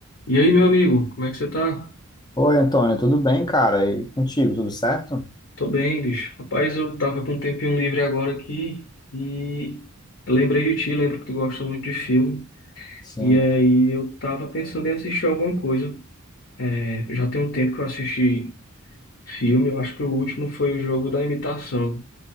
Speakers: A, on the left; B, on the left.
A: E aí, meu amigo, como é que você tá?
B: Oi, Antônio, tudo bem, cara? E contigo, tudo certo?
A: Tô bem, bicho. Rapaz, eu tava com um tempinho livre agora aqui e lembrei de ti, lembro que tu gosta muito de filme.
B: Sim.
A: E aí eu tava pensando em assistir alguma coisa. É, já tem um tempo que eu assisti filme, eu acho que o último foi o Jogo da Imitação.